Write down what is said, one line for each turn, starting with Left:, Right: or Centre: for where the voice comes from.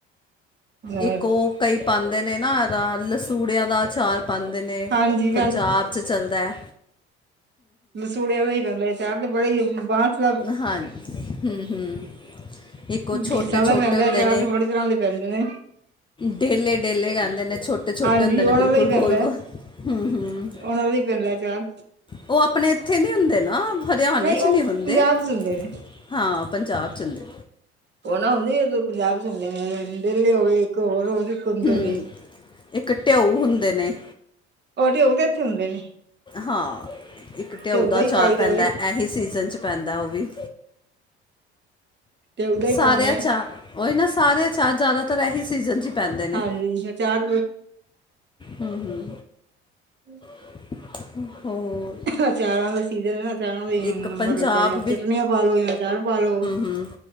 Right: ਹੋਰ
Left: ਇੱਕ ਉਹ ਕਈ ਪਾਂਦੇ ਨੇ ਨਾ ਰਾ ਲਸ ਤੂੜਿਆਂ ਦਾ ਅਚਾਰ ਪਾਂਦੇ ਨੇ
Right: ਹਾਂਜੀ
Left: ਪੰਜਾਬ ਚ ਚੱਲਦਾ ਐ।
Right: ਮਸੂੜਿਆਂ ਦਾ ਈ ਪੇਂਦਾ ਐ ਅਚਾਰ ਤੇ ਬੜੇ ਈ ਬਾਂਚ
Left: ਹਾਂਜੀ ਹੂੰ-ਹੂੰ ਇੱਕ ਉਹ ਛੋਟੇ-ਛੋਟੇ
Right: ਫੀਸਾਂ ਦਾ ਪੈਂਦਾ
Left: ਹੁੰਦੇ
Right: ਅਚਾਰ
Left: ਨੇ।
Right: ਤੇ ਬੜੀ ਤਰ੍ਹਾਂ ਦੇ ਪੈਂਦੇ ਨੇ
Left: ਡੇਲੇ-ਡੇਲੇ ਕਹਿੰਦੇ ਨੇ, ਛੋਟੇ-ਛੋਟੇ
Right: ਹਾਂਜੀ
Left: ਹੁੰਦੇ ਨੇ
Right: ਉਹਨਾਂ
Left: ਬਿਲਕੁਲ
Right: ਦਾ ਹੀ ਪੈਂਦਾ
Left: ਗੋਲ-ਗੋਲ ਹੂੰ-ਹੂੰ।
Right: ਉਹਨਾਂ ਦਾ ਹੀ ਪੈਂਦਾ ਅਚਾਰ
Left: ਉਹ ਆਪਣੇ ਇੱਥੇ ਨੀ ਹੁੰਦੇ ਨਾ ਹਰਿਆਣੇ ਚ
Right: ਉਹ
Left: ਨਹੀਂ ਹੁੰਦੇ।
Right: ਪੰਜਾਬ ਚ ਹੁੰਦੇ ਨੇ
Left: ਹਾਂ ਪੰਜਾਬ ਚ ਹੁੰਦੇ।
Right: ਉਹ ਨਾ ਹੁੰਦੀ ਪੰਜਾਬ ਚ ਹੁੰਦੇ, ਡੇਲੇ ਹੋਗੇ ਇੱਕ ਹੋਰ ਹੁੰਦੇ ਨੇ
Left: ਹੂੰ, ਇੱਕ ਢਿਊ ਹੁੰਦੇ ਨੇ।
Right: ਉਹ ਢਿਉ ਤੇ ਇੱਥੇ ਹੁੰਦੇ ਨੇ
Left: ਹਾਂ, ਇੱਕ ਢਿਉ
Right: ਟਿਊ
Left: ਦਾ
Right: ਹੀ
Left: ਅਚਾਰ
Right: ਪਾਈ ਦਵੇ
Left: ਪੈਂਦਾ ਐਹੀ ਸੀਜ਼ਨ ਚ ਪੈਂਦਾ ਉਹ ਵੀ
Right: ਟਿਊ ਦਾ ਹੀ
Left: ਸਾਰਿਆ
Right: ਪਾਉਂਦੇ
Left: ਚਾ
Right: ਆ
Left: ਉਹੀ ਨਾ ਸਾਰੇ ਆਚਾਰ ਜ਼ਿਆਦਾਤਰ ਇਹੀ ਸੀਜ਼ਨ ਚ ਹੀ ਪੈਂਦੇ ਨੇ
Right: ਹਾਂਜੀ ਅਚਾਰ
Left: ਹੂੰ-ਹੂੰ।
Right: ਹੂੰ।
Left: ਹੋਰ।
Right: ਅਚਾਰਾਂ ਦਾ ਸੀਜ਼ਨ ਏ ਨਾ, ਅਚਾਰਾਂ ਦਾ
Left: ਇੱਕ
Right: ਨੰਬਰ
Left: ਪੰਜਾਬ
Right: ਲੱਗਾ, ਚਟਨੀਆਂ ਪਾਲੋ ਜਾਂ ਚਾਰ ਪਾ ਲੋ।
Left: ਹਮ,